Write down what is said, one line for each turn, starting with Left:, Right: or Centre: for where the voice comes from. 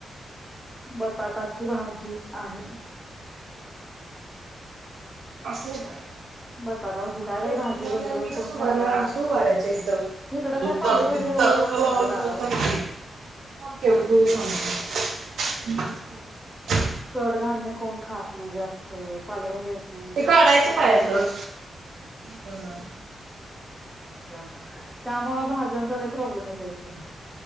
Centre: बटाटाची भाजी आहे.
Right: <inaudible>
Centre: बटाटा भाजी काय बाई भाजी रोज रोज करून कंटाळा आलाय. इकडं काय पालेभाज्या एवढ्या येत नाहीत ग दारावर
Right: <inaudible>
Centre: कडधान्य कोण खात नाही जास्त पालेभाज्या नाहीत
Right: ते काढायचं पायातल. कर.
Centre: त्यामुंळ भाज्यांचा लई प्रॉब्लेम येतोय इकडं.